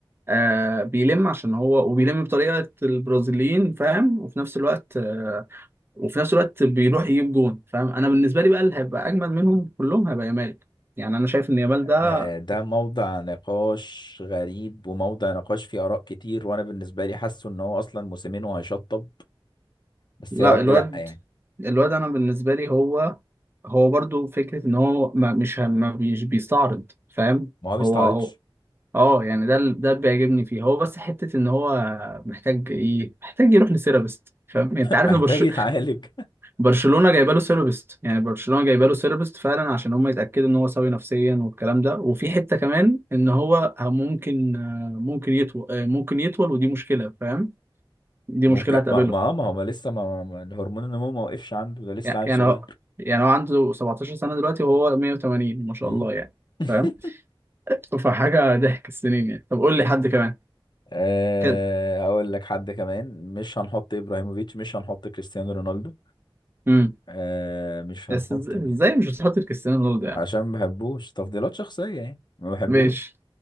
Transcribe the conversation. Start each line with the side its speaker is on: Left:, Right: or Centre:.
Right: آه بيلم عشان هو وبيلم بطريقة البرازيليين فاهم وفي نفس الوقت آه وفي نفس الوقت بيروح يجيب جون فاهم انا بالنسبة لي بقى اللي هيبقى اجمل منهم كلهم هيبقى يامال يعني انا شايف ان يامال ده
Left: آه، ده موضع نقاش غريب وموضع نقاش فيه آراء كتير وأنا بالنسبة لي حاسه إن هو أصلا موسمين وهيشطب بس
Right: لا
Left: يا رب
Right: الواد
Left: لأ يعني
Right: الواد انا بالنسبه لي هو هو برضو فكره ان هو ما مش ما مش بيستعرض فاهم
Left: ما هو بيستعرضش
Right: هو هو اه يعني ده ال- ده اللي بيعجبني فيه هو بس حته ان هو محتاج ايه محتاج يروح لسيرابيست فاهم يعني انت عارف
Left: محتاج
Right: ان برش...
Left: يتعالج
Right: برشلونه جايبه له سيرابيست يعني برشلونه جايبه له سيرابيست فعلا عشان هم يتاكدوا ان هو سوي نفسيا والكلام ده وفي حته كمان ان هو ممكن ممكن يطول ممكن يطول ودي مشكله فاهم دي
Left: ممكن
Right: مشكله هتقابله
Left: ما ما آه، ما هو ما لسه ما ما- الهرمون النمو ما وقفش عنده ده لسه
Right: يعني
Left: عيل صغير
Right: هو يعني هو عنده 17 سنة دلوقتي وهو 180 ما شاء
Left: مم.
Right: الله يعني
Left: <laughs>
Right: فاهم فحاجة ضحك السنين يعني طب قول لي حد كمان
Left: أه
Right: كده
Left: هقول لك حد كمان مش هنحط ابراهيموفيتش مش هنحط كريستيانو رونالدو
Right: امم
Left: أه مش هنحط
Right: بس إز-
Left: مين
Right: ازاي مش هتحط في كريستيانو رونالدو يعني
Left: عشان ما بحبوش تفضيلات شخصية يعني ما بحبوش
Right: ماشي